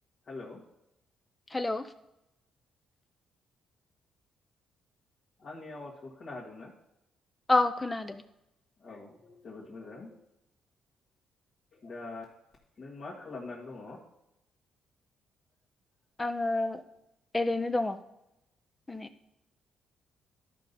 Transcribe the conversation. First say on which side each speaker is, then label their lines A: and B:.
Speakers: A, on the left; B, on the left.
A: <inaudible> Hello
B: hello.
A: आंनि आवाजखौ खोना हादोंना?
B: औ खोनादों।
A: औ जोबोद मोजां दा नों मा खालामनानै दङ?
B: आङो ओरैनो दङ माने